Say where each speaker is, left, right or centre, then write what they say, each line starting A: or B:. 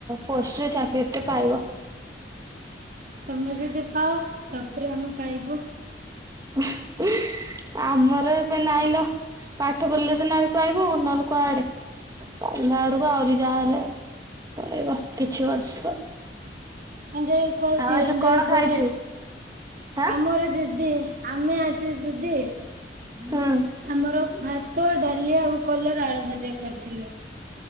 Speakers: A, on the right; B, on the right.
A: ପୋଷ୍ଟରେ ଚାକିରି ଟେ ପାଇବ।
B: ତମେ ଯଦି ପାଅ ତାପରେ ଆମେ ପାଇବୁ।
A: <unintelligible> ଆମର ଏବେ ନାଇଁ ଲୋ ପାଠ ପଢ଼ିଲେ ସିନା ଏବେ ପାଇବୁ ନହେଲେ କୁଆଡେ। ତମ ଆଡକୁ ଆହୁରି ଯାହାହେଲେ ବନେ <unintelligible> କିଛି ବର୍ଷ
B: ଅଞ୍ଜଳି କୁହାଯାଉଚି
A: ଆଉ ଆଜି
B: ଅଞ୍ଜଳି
A: କଣ ଖାଇଛୁ
B: ପଢେ
A: ଆଁ
B: ଆମର ଦିଦି ଆମେ ଆଜି ଦିଦି
A: ହୁଁ।
B: ଆମର ଭା ତ ଡାଲି ଆଉ କଲରା ଆଳୁ ଭଜା କରିଥିଲୁ।